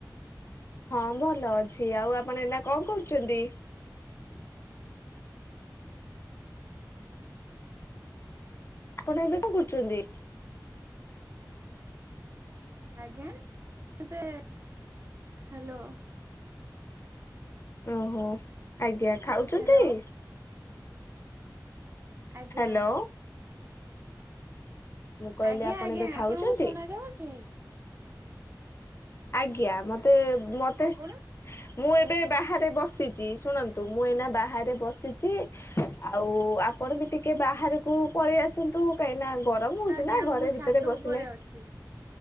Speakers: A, on the left (about 35°); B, on the right (about 35°).
A: ହଁ ଭଲ ଅଛି ଆଉ ଆପଣ ଏନା କଣ କରୁଛନ୍ତି?
B: <inaudible>
A: ଆପଣ ଏବେ କଣ କରୁଛନ୍ତି?
B: ଆଜ୍ଞା, ଏବେ, ହ୍ୟାଲୋ।
A: ଓହୋ! ଆଜ୍ଞା ଖାଉଛନ୍ତି?
B: ହ୍ୟାଲୋ ଆଜ୍ଞା
A: ହ୍ୟାଲୋ। ମୁଁ କହିଲି
B: ଆଜ୍ଞା
A: ଆପଣ
B: ଆଜ୍ଞା,
A: ଏବେ ଖାଉଛନ୍ତି?
B: ଆପଣଙ୍କୁ ଶୁଣା ଯାଉଛି।
A: ଆଜ୍ଞା ମତେ ମତେ
B: ଆପଣ?
A: ମୁଁ ଏବେ ବାହାରେ ବସିଚି, ଶୁଣନ୍ତୁ ମୁଁ ଏଇନା ବାହାରେ ବସିଚି ଆଉ ଆପଣ ବି ଟିକେ ବାହାରକୁ ପଳେଇ ଆସନ୍ତୁ କାଇଁ ନା ଗରମ ହଉଛି
B: ଆଜ୍ଞା
A: ନା ଘରେ
B: ମୁଁ
A: ଭିତରେ
B: ଛାତ
A: ବସିଲେ,
B: ଉପରେ ଅଛି।